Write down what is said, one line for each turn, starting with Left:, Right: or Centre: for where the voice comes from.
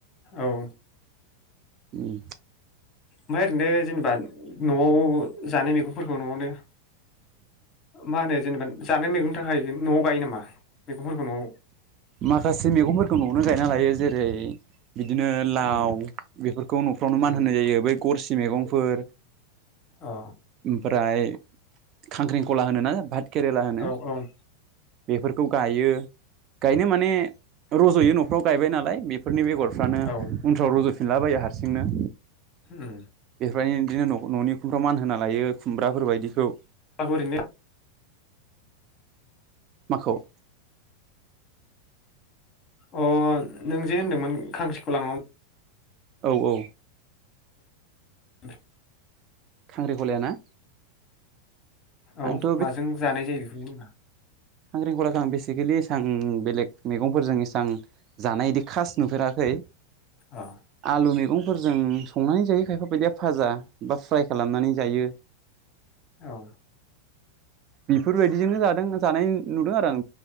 Left: औ
Right: उम
Left: ओमाय ओरैनो जेनेबा न'आव जानाय मैगंफोरखौ न'आवनो मा होनो जेनेबा जानाय मैगं थाखाय न'आव गायो नामा? मैगंफोरखौ न'आव
Right: माखासे मैगंफोरखौ न'आवनो गायना लायो जेरै बिदिनो लाव
Left: उम
Right: बेफोरखौ न'फ्रावनो मान
Left: उम
Right: होनाय जायो बै गरसि मेगंफोर
Left: अ
Right: <inaudible> ओमफ्राय खांख्रिंखला होनो ना भात केरेला होनो
Left: औ औ
Right: बेफोरखौ गायो गायनो माने रज'यो न'फ्राव गायबाय नालाय बेफोरनि बेगर फ्रानो
Left: औ
Right: उनफ्राव रज' फिनलाबाया हारसिंनो
Left: हुम
Right: <unintelligible> इदिनो न'नि उखुमफ्राव मानहोना लायो खुमब्राफोर बायदिखौ
Left: आंखौ ओरैनो
Right: <inaudible> माखौ?
Left: अ नों जे होनदोंमोन खांख्रिखला <unintelligible>
Right: औ औ
Left: <inaudible>
Right: खांख्रिखलाया ना?
Left: औ
Right: आंथ'
Left: माजों जानाय जायो बेखौ जेनेबा?
Right: खांख्रिखलाखौ आं बेसिकेलि इसां बेलेग मैगंफोरजों इसां जानाय इदि खास नुफेराखै
Left: अ
Right: आलु मैगं फोरजों संनानै जायो खायफा बायदिया फाजा बा फ्राय खालामनानै जायो।
Left: औ
Right: बेफोरबायदिजोंनो जादों जानाय नुदों आरो आं,